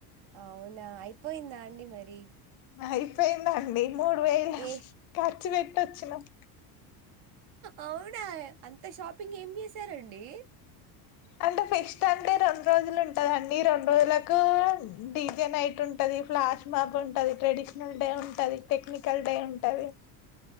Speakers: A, on the right; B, on the left.
A: అవునా! అయిపోయిందా అండి మరి?
B: అయిపోయిందండి. మూడు వేలు
A: ఏ
B: ఖర్చు పెట్టొచ్చినాం.
A: అవునా! అంత షాపింగ్ ఏం చేశారన్ డి
B: అంటె ఫెస్ట్ అంటె రొండు రోజులు ఉంటదండి. రొండు రోజులకు డిజే నైట్ ఉంటది. ఫ్లాష్ మబ్ ఉంటది. ట్రెడిషనల్ డే ఉంటది. టెక్నికల్ డే ఉంటది.